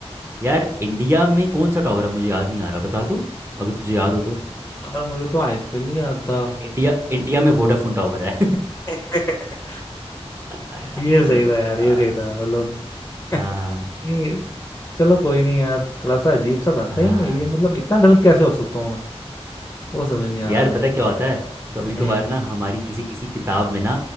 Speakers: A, on the right; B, on the left.
A: यार इंडिया में कौन सा टावर है मुझे याद नहीं आ रहा बता तू अगर तुझे याद हो तो
B: यार मुझे तो आईपीएल ही याद था
A: इंडिया इंडिया में वोडाफोन टावर है
B: <laughs>
A: <laughs>
B: ये सही था यार ये
A: हाँ
B: सही था मतलब <laughs>
A: हाँ
B: नहीं चलो कोई नहीं यार थोड़ा सा अजीब सा था
A: हाँ
B: सही में ये मतलब इतना गलत कैसे हो सकता हूँ मैं वो समझ नहीं आ
A: यार
B: रहा मुझे
A: पता क्या होता है कभी कभार
B: हम्म
A: ना हमारी किसी किसी किताब में ना